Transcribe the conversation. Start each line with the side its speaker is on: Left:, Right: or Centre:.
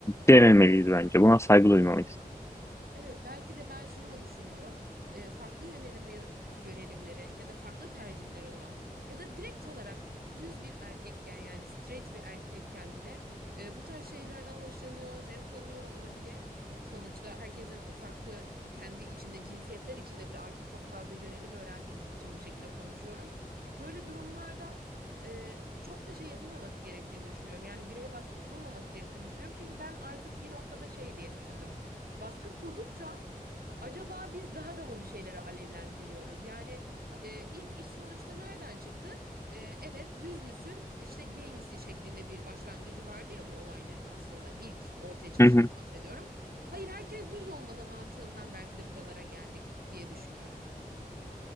Left: dememeliyiz bence. Buna saygı duymalıyız.
Right: Evet, belki de ben şunu da düşünüyorum. Ee, farklı yönelimle, yönelimleri ya da farklı tercihleri olan ya da direkt olarak düz bir erkekken yani straight bir erkekken bile e, bu tarz şeylerden hoşlanıyor, zevk alıyor olabilir. Sonuçta herkesin farklı kendi içinde, cinsiyetler içinde bile artık çok fazla yönelim öğrendiğimiz için bu şekilde konuşuyorum. Böyle durumlarda e, çok da şey yapılmaması gerektiğini düşünüyorum. Yani bireye baskı kurulmaması gerektiğini düşünüyorum. Çünkü ben artık bir noktada şey diye düşündüm. Baskı kurdukça acaba biz daha da mı bir şeyleri alevlendiriyoruz? Yani e, ilk iş sonuçta nereden çıktı? E, evet düz müsün işte gay misin şeklinde bir başlangıcı vardı ya bu olayların aslında ilk ortaya çıkışından
Left: Hı hı.
Right: bahsediyorum. Hayır herkes düz olmalı mantığından belki de buralara geldik diye düşünüyorum.